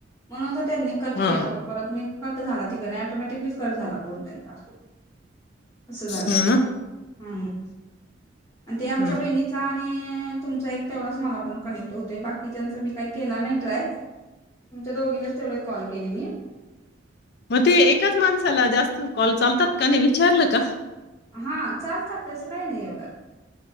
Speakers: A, on the left (about 15°); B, on the left (about 55°).
A: म्हणून तर त्यांनी कट
B: हा
A: केला बघ परत मी कट झाला तिकडे ऑटोमॅटिकली कट झाला फोन त्यांचा अस झाल
B: हो
A: ते
B: ना
A: हाम ते आमच्या
B: ह
A: वहिनीचा आणि <unintelligible> तुमचा एक तेवढं तुमच्या दोघीना कनेक्ट होते बाकीच्यांचा मी केला नाही काय टाय
B: मग ते एकाच माणसाला जास्त कॉल चालतात? त्यांना विचारलं का?
A: हा चालतात तसं काय नाही ऐवढ.